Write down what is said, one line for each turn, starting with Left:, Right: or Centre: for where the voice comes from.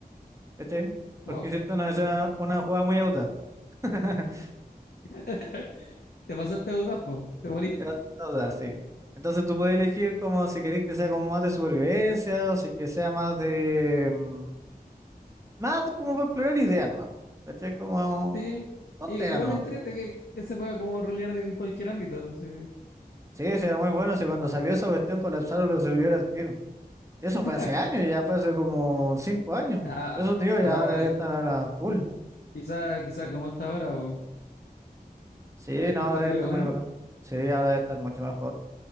Right: ¿Cachai? Porque
Left: Wow.
Right: hiciste una escena, una jugada muy aguda. <laughs>
Left: <laughs> Te pasaste a po. Te moriste.
Right: Te vas a usar, sí. Entonces tú puedes elegir como si querés que sea como más de supervivencia o si que sea más de... mm, Más como para explorar ideas, ¿no? ¿Cachai? Como
Left: Sí.
Right: tontera,
Left: I- Igual
Right: ¿no?
Left: entrete que, que se pueda como rolear de- en cualquier ámbito. sí.
Right: Sí, sí, era muy bueno. Si cuando salió esa cuestión colapsaron los servidores al tiro. Eso
Left: <laughs>
Right: fue hace años, ya fue hace como cinco años.
Left: Ah,
Right: Por eso te digo,
Left: ahora
Right: ya ahora
Left: de-
Right: debe estar ahora full.
Left: quizá, quizá como está ahora, po.
Right: Sí,
Left: De estar
Right: no, ahora
Left: terrible
Right: debe estar
Left: bueno.
Right: muy bacán. Sí, ahora debe estar mucho mejor,